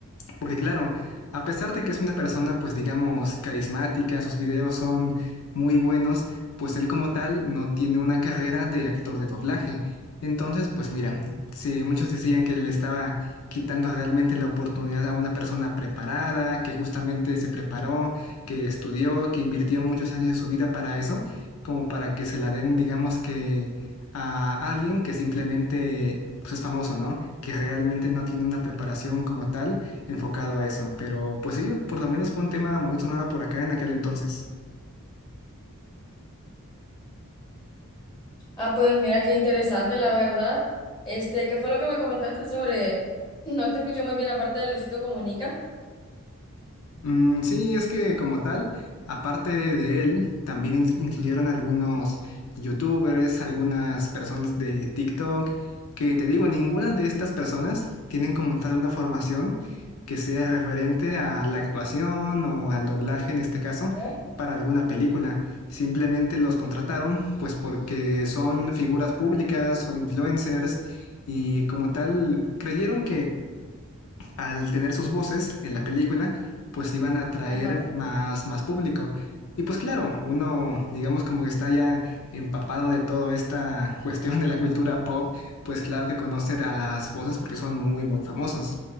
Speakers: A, on the left; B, on the left.
A: porque claro, a pesar de que es una persona, pues digamos, carismática, sus videos son muy buenos, pues él como tal no tiene una carrera de actor de doblaje. Entonces, pues mira, si muchos decían que le estaba quitando realmente la oportunidad a una persona preparada, que justamente se preparó, que estudió, que invirtió muchos años de su vida para eso, como para que se la den, digamos que a alguien que simplemente pues, es famoso, ¿no? Que realmente no tiene una preparación como tal enfocado a eso. Pero pues sí, por lo menos fue un tema muy sonado por acá en aquel entonces.
B: Ah, pues mira qué interesante, la verdad. Este, ¿qué fue lo que me comentaste sobre? No te escuché muy bien la parte de Luisito Comunica.
A: Mm, sí, es que como tal, aparte de él, también in- incluyeron algunos youtubers, algunas personas de TikTok, que te digo, ninguna de estas personas tienen como tal una formación que sea referente a la actuación o al doblaje en este caso
B: ¿No?
A: para alguna película. Simplemente los contrataron pues porque son figuras públicas, son influencers y como tal creyeron al tener sus voces en la película, pues iban a atraer
B: Ajá.
A: más, más público. Y pues claro, uno, digamos como que está ya empapado de toda esta <laughs> cuestión de la cultura pop, pues claro que conoce a las voces porque son muy, muy famosos.